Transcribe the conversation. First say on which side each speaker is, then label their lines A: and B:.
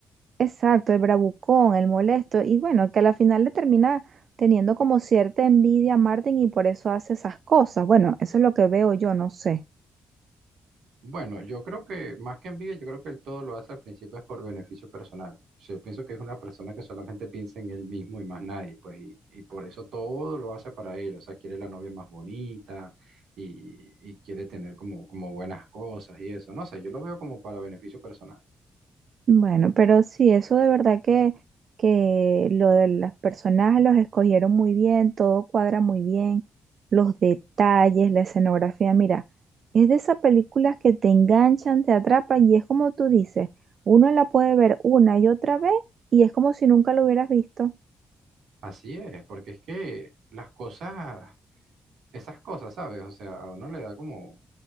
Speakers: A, on the right; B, on the right.
A: Exacto, el bravucón, el molesto. Y bueno, que a la final le termina teniendo como cierta envidia a Martin y por eso hace esas cosas. Bueno, eso es lo que veo yo, no sé.
B: Bueno, yo creo que más que envidia, yo creo que él todo lo hace al principio es por beneficio personal. O sea, yo pienso que es una persona que solamente piensa en él mismo y más nadie, pues, y, y por eso todo lo hace para él. O sea, quiere la novia más bonita y, y quiere tener como, como buenas cosas y eso. No sé, yo lo veo como para beneficio personal.
A: Bueno, pero sí, eso de verdad que, que lo de las personajes los escogieron muy bien, todo cuadra muy bien, los detalles, la escenografía, mira, es de esas películas que te enganchan, te atrapan y es como tú dices, uno la puede ver una y otra vez y es como si nunca lo hubieras visto.
B: Así es, porque es que las cosas, esas cosas, ¿sabes? O sea, a uno le da como